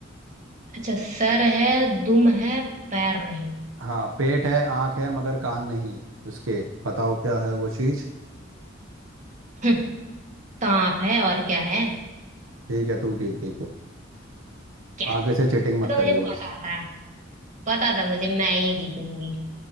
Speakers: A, on the right; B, on the right.
A: अच्छा सर है दुम है पैर नहीं
B: हाँ पेट है आँख है मगर कान नहीं उसके बताओ क्या है वो चीज
A: है। <laughs> सांप है और क्या है
B: ठीक है तू जीत गई फिर
A: यस
B: आगे से चिटिंग मत
A: तो मुझे
B: करियो
A: पता
B: बस
A: था पता था मुझे मैं ही जीतूंगी